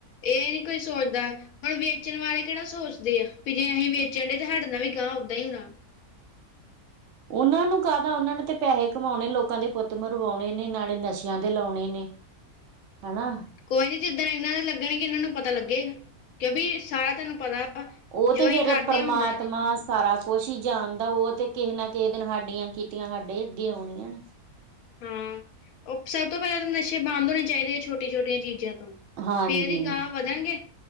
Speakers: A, on the left; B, on the right.
A: ਏ ਨੀ ਕੋਈ ਸੋਚਦਾ। ਹੁਣ ਵੇਚਣ ਵਾਲੇ ਕਿਹੜਾ ਸੋਚਦੇ ਆ ਵੀ, ਜੇ ਅਹੀਂ ਵੇਚਣ ਡੇ, ਤੇ ਹਾਡੇ ਨਾਲ ਵੀ ਗਾਂ ਔਦਾਂ ਹੀ ਹੋਣਾ।
B: ਉਹਨਾਂ ਨੂੰ ਕਾਹਦਾ, ਉਹਨਾਂ ਨੇ ਤੇ ਪੈਸੇ ਕਮਾਉਣੇ ਨੇ, ਲੋਕਾਂ ਦੇ ਪੁੱਤ ਮਰਵਾਉਣੇ ਨੇ, ਨਾਲੇ ਨਸ਼ਿਆਂ ਦੇ ਲਾਉਣੇ ਨੇ, ਹਨਾ।
A: ਕੋਈ ਨੀ, ਜਿੱਦਾਂ ਇਹਨਾ ਦੇ ਲੱਗਣਗੇ, ਇਹਨਾਂ ਨੂੰ ਪਤਾ ਲੱਗੇਗਾ, ਕਿਉਂਕਿ, ਸਾਰਾ ਤੁਹਾਨੂੰ ਪਤਾ ਵਾ,
B: ਉਹ
A: ਜੋ
B: ਤੇ
A: ਅਸੀਂ
B: ਫੇਰ
A: ਕਰਦੇ
B: ਪਰਮਾਤਮਾ
A: ਹੁੰਦਾ ਹੈ,
B: ਸਾਰਾ ਕੁਛ ਈ ਜਾਣਦਾ, ਉਹ ਤੇ ਕਿਹੇ ਨਾ ਕਿਹੇ ਦਿਨ ਸਾਡੀਆਂ ਕੀਤੀਆਂ, ਸਾਡੇ ਅੱਗੇ ਆਉਣੀਆਂ।
A: ਹਾਂ, ਉਹ ਸਭ ਤੋਂ ਪਹਿਲਾਂ ਤਾਂ ਨਸ਼ੇ ਬੰਦ ਹੋਣੇ ਚਾਹੀਦੇ, ਆ ਛੋਟੀੀਆਂ ਛੋਟੀਆਂ ਚੀਜ਼ਾਂ ਤੋਂ
B: ਹਾਂਜੀ,
A: ਫੇਰ ਹੀ ਗਾਂਹ ਵਧਣਗੇ